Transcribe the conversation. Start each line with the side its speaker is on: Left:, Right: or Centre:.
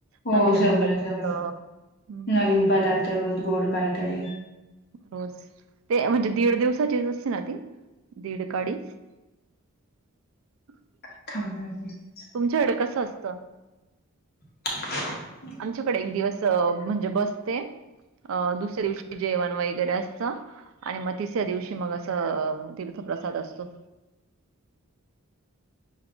Left: हो
Right: नवीन-नवीन
Left: सगळं
Right: पदार्थ
Left: सगळं
Right: हं,
Left: नवीन पदार्थ रोज गोड काहीतरी
Right: रोज ते म्हणजे दीड दिवसाचीच असते ना ती दीड का अडीच? <inaudible>
Left: <unintelligible>
Right: तुमच्याकडे कसं असतं?
Left: <inaudible>
Right: आमच्याकडे एक दिवस म्हणजे बसते अ दुसऱ्या दिवशी जेवण वगैरे असतं. आणि म तिसऱ्या दिवशी मग असं तीर्थप्रसाद असतो.